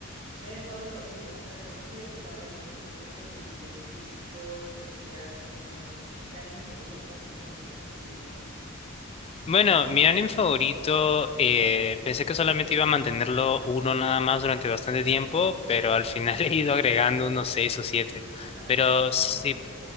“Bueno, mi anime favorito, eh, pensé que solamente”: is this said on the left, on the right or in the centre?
Left